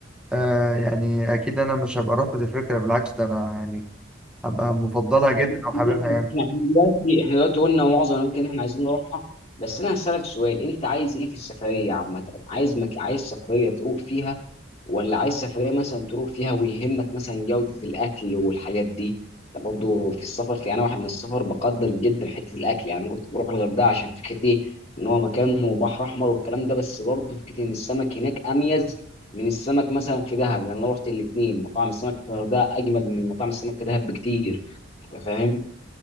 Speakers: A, in the centre; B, on the left.
A: آه يعني اكيد انا مش هبقى رافض الفكرة بالعكس ده انا يعني هبقى مفضلها جدا
B: طب
A: وحاببها
B: ماشي،
A: يعني
B: احنا إحنا دلوقتي احنا دلوقتي قلنا معظم الأماكن اللي احنا عايزين نروحها بس أنا هسألك سؤال أنت عايز إيه في السفرية عامة؟ عايز مك... عايز سفرية تروح فيها ولا عايز سفرية مثلا تروح فيها ويهمك مثلا جودة الأكل والحاجات دي أنت برضه في السفر في أنا واحد من السفر بقدر جدا حتة الأكل يعني أنا كنت بروح الغردقة عشان فكرة إيه إن هو مكان بحر أحمر والكلام ده بس برضه فكرة إن السمك هناك أميز من السمك مثلا في دهب لأن أنا رحت الاتنين مطاعم السمك في الغردقة أجمد من مطاعم السمك في دهب بكتير أنت فاهم؟